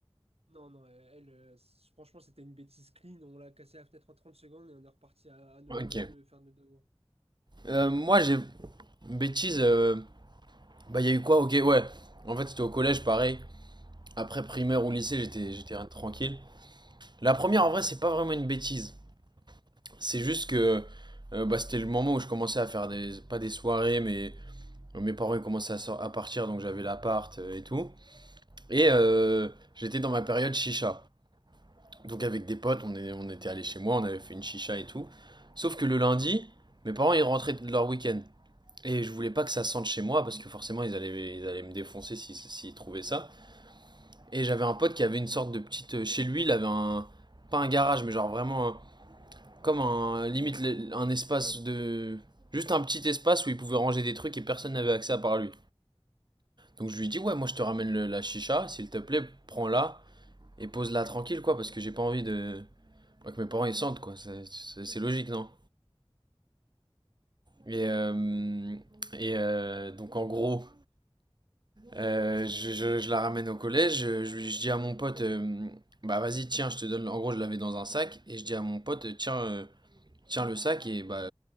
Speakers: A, on the right; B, on the right.
A: Non, non, euh, elle, euh, c- franchement, c'était une bêtise clean. On l'a cassé la fenêtre en 30 secondes et on est reparti à, à notre
B: Ok.
A: lieu faire nos devoirs.
B: Euh, moi, j'ai une bêtise. euh, Bah, il y a eu quoi? Ok, ouais. En fait, c'était au collège, pareil. Après primaire ou lycée, j'étais j'étais tranquille. La première, en vrai, c'est pas vraiment une bêtise. C'est juste que euh, bah, c'était le moment où je commençais à faire des pas des soirées, mais euh, mes parents ils commençaient à, sor- à partir, donc j'avais l'appart euh, et tout. Et euh, j'étais dans ma période chicha. Donc avec des potes, on, est- on était allés chez moi, on avait fait une chicha et tout. Sauf que le lundi, mes parents ils rentraient de leur week-end. Et je voulais pas que ça sente chez moi parce que forcément ils allaient, ils allaient me défoncer si si, s'ils trouvaient ça. Et j'avais un pote qui avait une sorte de petite. euh, Chez lui, il avait un. Pas un garage, mais genre vraiment un- comme un. Limite le- un espace de. Juste un petit espace où il pouvait ranger des trucs et personne n'avait accès à part lui. Donc je lui dis, ouais, moi je te ramène le- la chicha, s'il te plaît, prends-la. et pose-la tranquille, quoi, parce que j'ai pas envie de. que mes parents ils sentent, quoi. C'est- logique, non Et, euh, et euh, donc, en gros, euh, je, je- je la ramène au collège, je, je dis à mon pote, euh, bah vas-y, tiens, je te donne. En gros, je l'avais dans un sac, et je dis à mon pote, tiens, euh, tiens le sac, et bah,